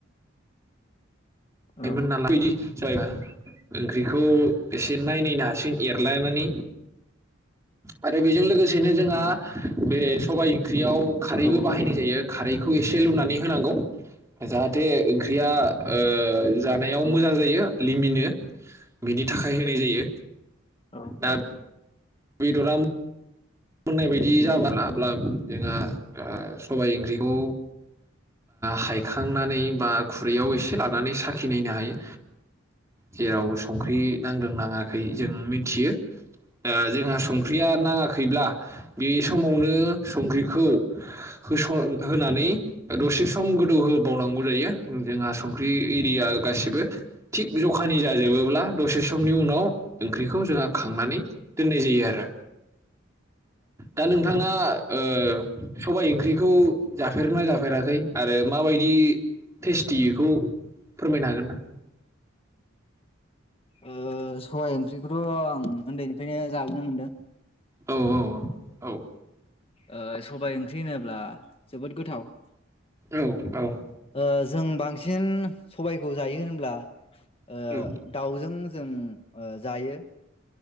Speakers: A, on the right (about 15°); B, on the left (about 30°).
A: योमोन
B: औ
A: नालाय बिदि जायो ना बेखौ एसे नायनो हासिन एरलायनानै आरो बेजों लोगोसेनो जोंहा बे सबायाइ ओं ख्रियाव खारैबो
B: औ
A: बाहायनाय जायो खारैखौ एसे लुनानै होनांगौ जाहाथे ओंख्रिया ओ जानायाव
B: औ
A: मोजां जायो लिमिन जायो बिनि थाखाय होनाय जायो
B: औ
A: दा बेदरा मोननाय बायदि जाबाब्ला जोंहा सबाय आं ओंख्रिखौ हायखांनानै बा खुरैयाव एसे लानानै साखिनायनो हायो जेराव संख्रि नांदों नाङाै खै‌ जों मिथियो दा जोंहा संख्रिया नाङाखैब्ला बे समावनो। संख्रिखौ होसन होनानै दसे सम गोदौहोबावनांगौ जायो जोंहा संख्रि एरिया गासिबो थिग जखानि जाजोबोब्ला दसे समनि उनाव ओंख्रिखौ जोंहा खांनानै दोननाय जायो आरो। दा नोंथाङा। ओ सबाय इंख्रिखौ जाफेरगोन ना जाफेराखै आरो माबायदि टेस्टि बेखौ फोरमायनो हागोन ना?
B: ओ सबाय ओंख्रिखौथ' आं उन्दैनिफ्रायनो जाबोनो मोनदों।
A: औ औ औ औ।
B: ओ सबाय ओंख्रि ओनोब्ला। जोबोद गोथाव।
A: औ औ।
B: ओ जों बांसिन सबायखौ जायो होनब्ला ओ
A: औ
B: दाउजों जों ओ जायो।